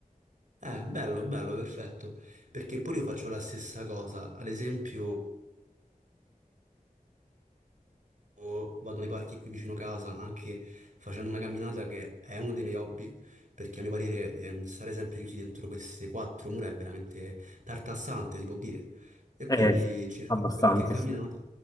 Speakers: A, on the right; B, on the left.
A: Eh, bello, bello, perfetto, perché pure io faccio la stessa cosa, ad esempio Io vado nei parchi qui vicino casa, anche facendo una camminata che è uno dei miei hobby, perché a mio parere ehm, stare sempre chiusi dentro queste quattro mura è veramente tartassante, si può dire. E quindi
B: Eh,
A: cerco
B: abbastanza.
A: di fare qualche camminata.
B: sì.